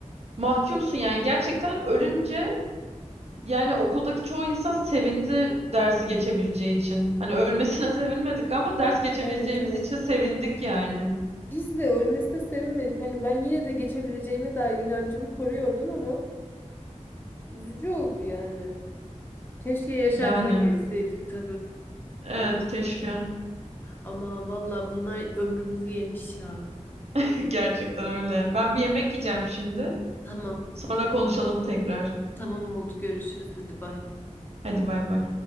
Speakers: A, on the right; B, on the left.
A: Mahkumsun yani gerçekten ölünce Yani okuldaki çoğu insan sevindi dersi geçebileceği için. Hani ölmesine <laughs> sevinmedik ama ders geçebileceğimiz
B: Evet evet.
A: için sevindik yani.
B: Biz de ölmesine sevinmedik. Hani ben yine de geçebileceğime dair inancımı koruyordum ama üzücü oldu yani. Keşke yaşarken
A: Yani
B: geçseydik tabii.
A: evet
B: Ne bileyim.
A: keşke.
B: Aman valla bunlar ömrümüzü yemiş ya.
A: <laughs> Gerçekten öyle. Ben bir yemek yiyeceğim şimdi.
B: Tamam.
A: Sonra konuşalım tekrar.
B: Tamam oldu. Görüşürüz. Hadi bay.
A: Hadi bay bay.